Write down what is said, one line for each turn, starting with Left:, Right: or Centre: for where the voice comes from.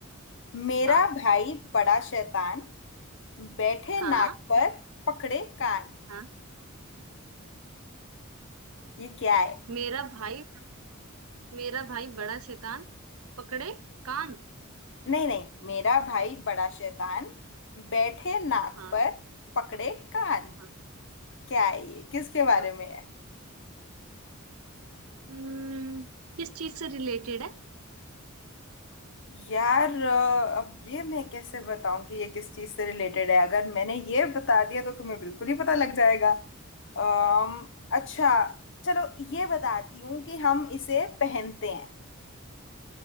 Left: मेरा
Right: हाँ
Left: भाई बड़ा शैतान बैठे
Right: हाँ
Left: नाक पर पकड़े कान
Right: हाँ
Left: ये क्या है
Right: मेरा भाई मेरा भाई बड़ा शैतान पकड़े कान
Left: नहीं नहीं मेरा भाई बड़ा शैतान बैठे नाक
Right: हाँ
Left: पर पकड़े कान
Right: हाँ
Left: क्या है ये किसके बारे
Right: हाँ।
Left: में है
Right: हम्म किस चीज से रिलेटेड है
Left: यार अ, अब ये मैं कैसे बताऊं कि ये किस चीज से रिलेटेड है अगर मैंने ये बता दिया तो तुम्हें बिल्कुल ही पता लग जाएगा अम्म अच्छा चलो ये बताती हूँ कि हम इसे पहनते हैं